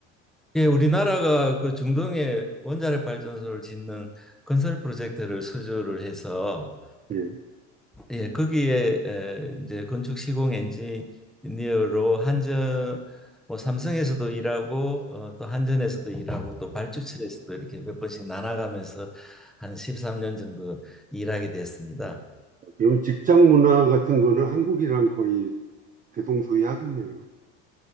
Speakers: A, in the centre; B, on the right.
A: 예, 우리나라가 그 중동에 원자력 발전소를 짓는 건설 프로젝트를 수주를 해서
B: 예.
A: 예, 거기에 에, 이제 건축 시공 엔지니어로 한전 뭐 삼성에서도 일하고 어, 또 한전에서도 일하고 또 발주처에서도 이렇게 몇 번씩 나눠가면서 한 13년 정도 일하게 됐습니다.
B: 그럼 직장 문화 같은 거는 한국이랑 거의 대동소이 하겠네요.